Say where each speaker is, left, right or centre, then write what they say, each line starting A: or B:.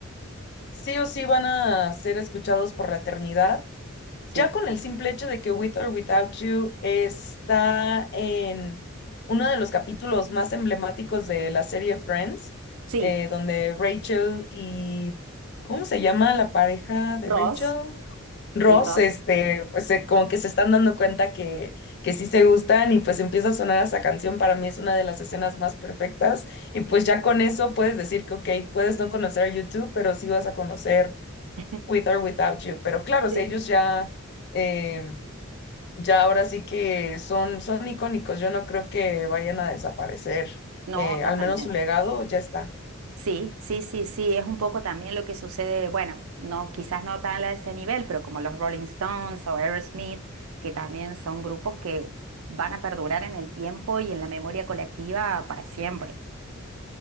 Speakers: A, on the left (about 50°); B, on the right (about 80°).
A: sí o sí van a ser escuchados por la eternidad.
B: Sí,
A: Ya con el simple hecho de que With or Without You está en uno de los capítulos más emblemáticos de la serie Friends,
B: Sí,
A: eh, donde Rachel y, ¿cómo se llama la pareja de
B: Ross
A: Rachel? Ross,
B: y Ross.
A: este, pues eh, como que se están dando cuenta que, que sí se gustan y pues empieza a sonar esa canción, para mí es una de las escenas más perfectas y pues ya con eso puedes decir que, ok, puedes no conocer a YouTube, pero sí vas a conocer
B: <laughs>
A: With or Without You, pero claro, o
B: sí.
A: sea, ellos ya, eh, ya ahora sí que son, son icónicos, yo no creo que vayan a desaparecer,
B: No,
A: eh,
B: totalmente.
A: al menos su legado ya está.
B: Sí, sí, sí, sí, es un poco también lo que sucede, bueno, no, quizás no tan a ese nivel, pero como los Rolling Stones o Aerosmith, que también son grupos que van a perdurar en el tiempo y en la memoria colectiva para siempre.